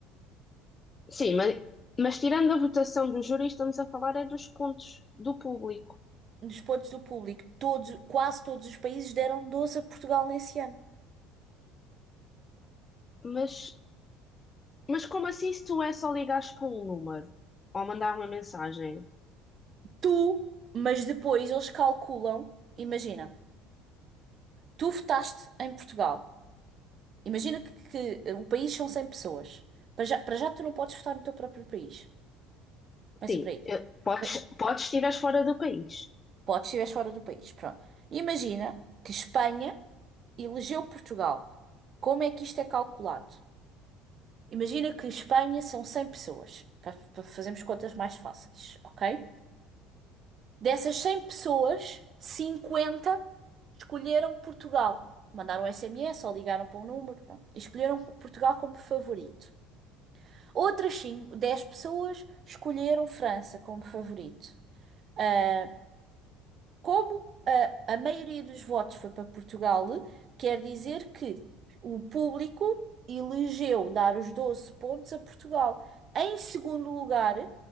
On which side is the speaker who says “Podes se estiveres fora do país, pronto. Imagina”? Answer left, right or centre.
Right